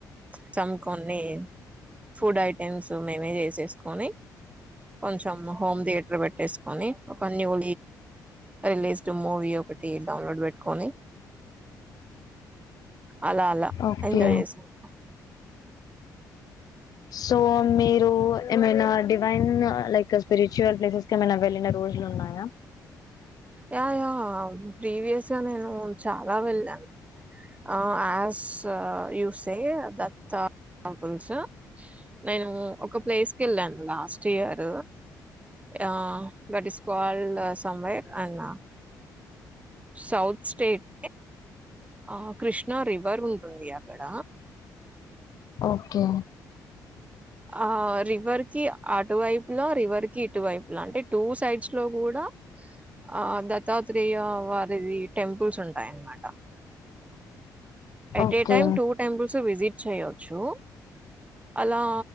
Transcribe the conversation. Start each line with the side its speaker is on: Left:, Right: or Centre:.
Right: కొంచెం కొన్ని ఫుడ్ ఐటెమ్స్ మేమే చేసేసుకొని కొంచెం హోమ్ థియేటర్ పెట్టేసుకొని ఒక న్యూ రిలీజ్డ్ మూవీ ఒకటి డౌన్లోడ్ పెట్టుకొని అలా అలా
Left: ఓకే
Right: ఎంజాయ్ చేసాను
Left: సో మీరు ఏమైనా డివైన్ లైక్ స్పిరిచువల్ ప్లేసెస్ కెమైనా వెళ్ళిన రోజులు ఉన్నాయా
Right: యా ప్రీవియస్ గా నేను చాలా వెళ్ళాను ఆ ఆస్ యూసే దత్త టంపుల్స్ నేను ఒక ప్లేస్ కి ఏళ్ళాను లాస్ట్ ఇయర్ ఆ దట్ ఇస్ కాల్డ్ సంవెరె అండ్ సౌత్ స్టేట్ ఆ కృష్ణా రివర్ ఉంటుంది అక్కడ
Left: ఓకే
Right: ఆ రివర్ కి అటువైపు లో రివర్ కి ఇటువైపు ఇలాంటి టూ సైడ్స్ లో కూడా ఆ దత్తాత్రేయ వారిది టెంపుల్స్ ఉంటాయన్నమాట at
Left: okay
Right: a time two temples visit చేయొచ్చు అలా